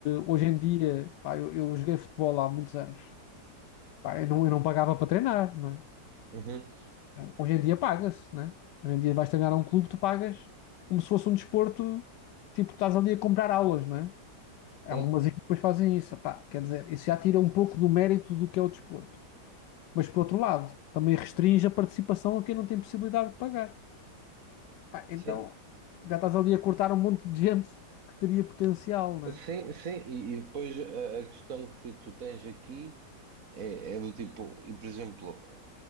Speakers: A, on the left; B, on the right.
A: hoje em dia, pá, eu, eu joguei futebol há muitos anos, pá, eu não, eu não pagava para treinar, não é?
B: uhum,
A: Hoje em dia paga-se, não é? Hoje em dia vais treinar a um clube, tu pagas como se fosse um desporto, tipo, estás ali a comprar aulas, não é? Algumas
B: sim,
A: equipas fazem isso, pá, quer dizer, isso já tira um pouco do mérito do que é o desporto. Mas por outro lado, também restringe a participação a quem não tem possibilidade de pagar. Pá, então
B: sim.
A: já estás ali a cortar um monte de gente que teria potencial, né?
B: Sim, sim, e, e depois a, a questão que tu tens aqui é, é do tipo, e por exemplo,